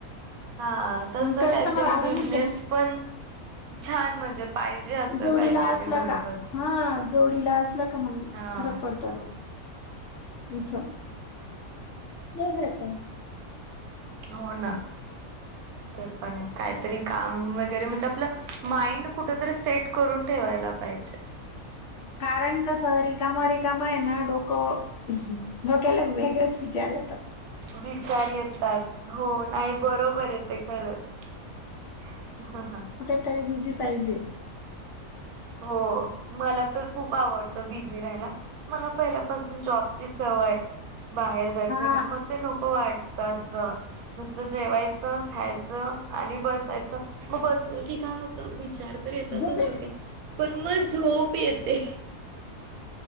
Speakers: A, on the right; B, on the left.
A: हा तसं
B: कस्टमर
A: काहीतरी
B: आला
A: बिझनेस
B: म्हणजे मग
A: पण छान म्हणजे पाहिजे असं
B: जोडीला
A: काहीतरी
B: असला
A: घर
B: का
A: बसलं
B: हा जोडीला असला का मग
A: हा
B: फरक पडतो ना असं नाही रात
A: हो ना ते पण आहे काहीतरी काम वगैरे म्हणजे आपलं माइंड कुठ तरी सेट करून ठेवायला पाहिजे
B: कारण कसं रिकामा रिकामा आहे ना डोकं डोक्याला वेगळेच विचार येत
A: विचार येतात हो नाही बरोबर ते खरंच हा हा
B: कुठेतरी बिझी पाहिजे.
A: हो मला तर खूप आवडत बिझी राहिलाय मला पाहिलंय पासून जॉब ची सवय आहे. होय बाहेर जायचं
B: हा
A: वैगरे मग ते नको वाटतं असं. नुसत जेवायचं खायचं आणि बसायचं मग बसलं की काय होतं विचार तर येतातच
B: झोपेच
A: डोकयात पण मग झोप येते.